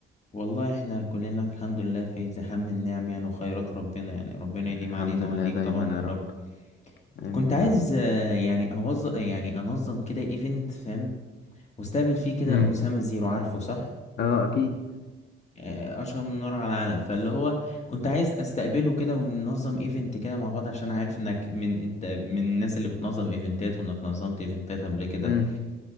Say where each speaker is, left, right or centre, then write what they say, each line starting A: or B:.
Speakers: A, on the left; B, on the left.
A: والله احنا كلنا في الحمد لله في زحام النعم يعني وخيرات ربنا يعني ربنا
B: الحمد
A: يديم علينا
B: لله
A: وعليك
B: دايما
A: طبعا
B: يا
A: يا
B: رب
A: رب
B: امين
A: كنت عايز
B: يا رب
A: آه، يعني اوظف يعني انظم كده ايفنت فاهم واستقبل فيه كده
B: امم
A: اسامه زيرو عارفه صح
B: اه اكيد
A: آه، اشهر من نار على العالم فاللي هو كنت عايز استقبله كده وننظم ايفنت كده مع بعض عشان عارف انك من انت من الناس اللي بتنظم ايفنتات وانك نظمت ايفنتات قبل كده
B: امم